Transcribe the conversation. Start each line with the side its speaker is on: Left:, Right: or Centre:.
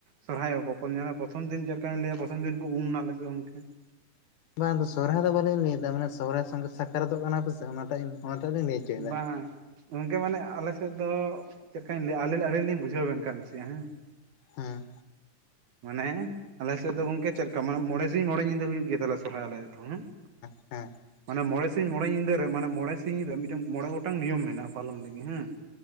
Right: ᱥᱚᱨᱦᱟᱭᱚᱜ ᱟᱠᱚ ᱯᱚᱱ ᱡᱟᱸᱜᱟ ᱧᱮᱞᱮ ᱯᱚᱨᱛᱷᱚᱢ ᱫᱤᱱ ᱪᱮᱫ ᱞᱮᱠᱟᱹᱧ ᱞᱟᱹᱭᱟ ᱯᱚᱨᱛᱷᱚᱢ ᱫᱤᱱ ᱠᱚ ᱩᱢ ᱮᱱᱟᱞᱮ ᱥᱮᱫ ᱜᱚᱝᱠᱮ ᱾
Left: ᱵᱟᱝ ᱟᱫᱚ ᱥᱚᱨᱦᱟᱭ ᱫᱚ ᱵᱟᱹᱞᱤᱧ ᱞᱟᱹᱭ ᱮᱫᱟ ᱢᱟᱱᱮ ᱥᱚᱨᱦᱟᱭ ᱥᱚᱸᱜᱮ ᱥᱟᱠᱨᱟᱛᱚᱜ ᱠᱟᱱᱟ ᱯᱮ ᱥᱮ ᱚᱱᱟ ᱴᱟᱜ ᱤᱧ ᱚᱱᱟ ᱴᱟᱜ ᱞᱤᱧ ᱞᱟᱹᱭ ᱦᱚᱪᱚᱭᱮᱫᱟ
Right: ᱵᱟᱝᱼᱟ ᱾ ᱜᱚᱝᱠᱮ ᱢᱟᱱᱮ ᱟᱞᱮ ᱥᱮᱫ ᱫᱚ ᱪᱮᱫ ᱞᱮᱠᱟᱹᱧ ᱞᱟᱹᱭᱟ ᱟᱹᱞᱤ ᱟᱹᱞᱤᱧ ᱞᱤᱧ ᱵᱩᱡᱷᱟᱹᱣ ᱵᱤᱱ ᱠᱟᱱ ᱱᱟᱥᱭᱟᱜᱼᱟ ᱦᱮᱸ ᱾
Left: ᱦᱮᱸ ᱾
Right: ᱢᱟᱱᱮ ᱟᱞᱮ ᱥᱮᱫ ᱫᱚ ᱜᱚᱝᱠᱮ ᱪᱮᱫ ᱞᱮᱠᱟ ᱢᱟᱱᱮ ᱢᱚᱬᱮ ᱥᱤᱧ ᱢᱚᱬᱮ ᱧᱤᱫᱟᱹ ᱦᱩᱭᱩᱜ ᱜᱮᱭᱟ ᱛᱟᱞᱮ ᱥᱚᱨᱦᱟᱭ ᱟᱞᱮᱭᱟᱜ ᱫᱚ ᱦᱮᱸ ᱾
Left: ᱦᱮᱸ ᱾
Right: ᱢᱟᱱᱮ ᱢᱚᱬᱮ ᱥᱤᱧ ᱢᱚᱬᱮ ᱧᱤᱫᱟᱹ ᱨᱮ ᱢᱟᱱᱮ ᱢᱚᱬᱮ ᱥᱤᱧ ᱨᱮ ᱢᱤᱫᱴᱟᱝ ᱢᱚᱬᱮ ᱜᱚᱴᱟᱝ ᱱᱤᱭᱚᱢ ᱢᱮᱱᱟᱜᱼᱟ ᱯᱟᱞᱚᱱ ᱞᱟᱹᱜᱤᱫ ᱦᱮᱸ ᱾